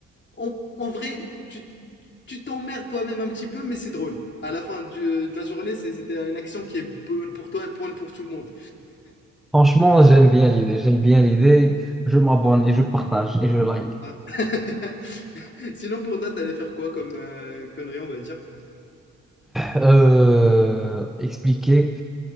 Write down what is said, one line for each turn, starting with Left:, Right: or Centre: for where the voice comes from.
Left: en, en vrai, tu tu t'emmerdes toi-même un petit peu, mais c'est drôle. À la fin du- euh, de la journée, c'est- c'était une action qui est bonne pour toi et bonne pour tout le monde.
Centre: Franchement, j'aime bien l'idée. J'aime bien l'idée. Je m'abonne et je partage et je like.
Left: Voilà. <laughs> Sinon, pour toi, t'allais faire quoi comme euh, connerie, on va dire? <laughs>
Centre: Euh, expliquer.